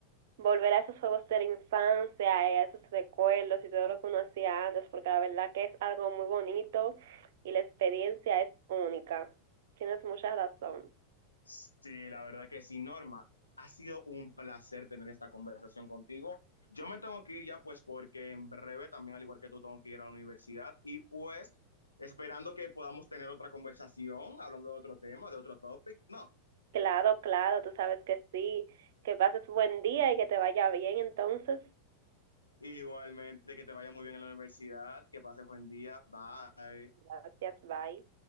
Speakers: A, on the right; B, on the left.
A: volver a esos juegos de la infancia, a esos recuerdos y todo lo que uno hacía antes, porque la verdad que es algo muy bonito y la experiencia es única. Tienes mucha razón.
B: Sí, la verdad que sí, Norma. Ha sido un placer tener esta conversación contigo. Yo me tengo que ir ya, pues, porque en breve también, al igual que tú, tengo que ir a la universidad y pues esperando que podamos tener otra conversación, hablando de otro tema, de otro topic. No,
A: Claro, claro, tú sabes que sí, que pases buen día y que te vaya bien entonces.
B: igualmente que te vaya muy bien en la universidad, que pases buen día. Bye.
A: Gracias, bye.